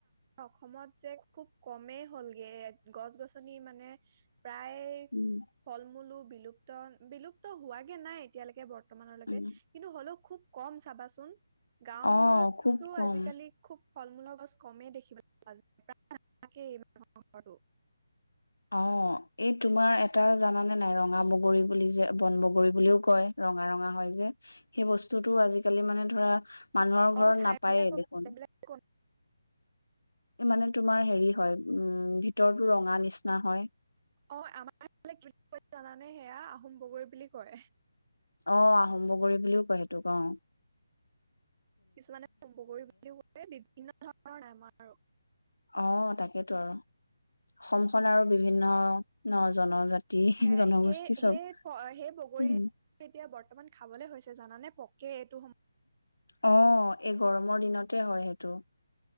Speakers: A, on the right (about 25°); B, on the left (about 75°).
A: অসমত যে খুব কমেই হ'লগে গছ গছনি মানে প্ৰায়
B: উম
A: ফল মূলো বিলুপ্ত বিলুপ্ত হোৱাাগে নাই এতিয়ালৈকে বৰ ব্তমানৰলৈকে
B: উম
A: কিন্তু হ'লেও খুব কম চাবাচোন গাঁওবোৰত
B: অ'
A: তটো
B: খুব কম
A: আজিকালি খুব ফল মূলৰ গছ কমেই দেখিবলৈ পোৱা যায় প্ৰায় নথাকেই এই মানুহৰ ঘটো
B: অ এই তোমাৰ এটা জানানে নাই ৰঙা বগৰী বুলি যে বন বগৰী বুলিও কয় ৰঙা ৰঙা হয় যে সেই বস্তুটো আজিকালি মানে ধৰা মানুহৰ ঘৰত
A: অ ঠাই
B: নাপায়েই
A: ভেদে আকৌ
B: দেখোন
A: বেলেগ বেলেগ
B: মানে তোমাৰ হেৰি হয় উম ভিতৰতো ৰঙা নিচিনা হয়
A: অঁ আমাৰ জানানে সেয়া আহোম বগৈ বুলি কয়
B: আহ আহোম্ভগৰী বুলিও কয় সেইটো কও
A: কিছুমানে সম্ভ কৰি বুলি ক বিন্ন ধৰণৰ আমাৰ
B: অঁ তাকেইেতো আৰু অসমখন আৰু বিভিন্ন জনজাতি
A: সেই
B: জনগোষ্ঠী
A: সেই
B: চব
A: সেই বগৰী
B: উম।
A: এতিয়া বৰ্তমান খাবলে হৈছে জানানে পক কে তু
B: অঁ এই গৰমৰ দিনতে হয় সেইটো